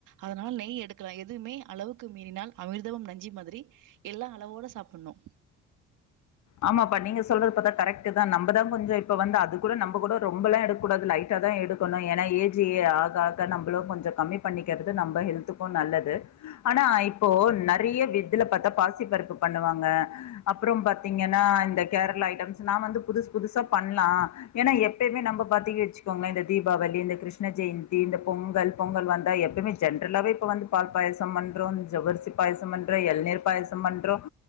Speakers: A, on the right (about 75°); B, on the left (about 60°).
A: அதனால நெய் எடுக்கலா எதுவுமே அளவுக்கு மீறினால் அமிர்தமும் நஞ்சி மாதிரி எல்லா அளவோட சாப்பிட்ணு
B: ஆமாப்பா நீங்க சொல்றது பாத்தா கரெக்ட்டு தா நம்மதா கொஞ்சோ இப்ப வந்து அது கூட நம்ம கூட ரொம்பல்லா எடுக்க கூடாது லைட்டா தா எடுக இப்ப நா ஏனா ஏஜி ஆக ஆக நம்மளு கொஞ்சோ கம்மி பண்ணிக்கிறது நம்ம ஹெல்த்துக்கு நல்லது ஆனா இப்போ நெறைய வித்துல பாத்தா பாசி பருப்பு பண்ணுவாங்க அப்புறோ பாத் பாத்தீங்கன்னா இந்த கேரளா ஐட்டம்ஸ் நா வந்து புதுசு புதுசா பண்லா ஏனா எப்பயுமே நம்ம பாத்திக்கு வச்சிக்கோங்களே இந்த தீபாவளி இந்த கிருஷ்ண ஜெயந்தி இந்த பொங்கல் பொங்கல் வந்தா எப்பமே ஜென்ரலாவே இப்ப வந்து பால் பாயசம் பண்றோ ஜவ்வரிசி பாயசம் பண்றோ எளநீர் பாயசம் பண்றோம்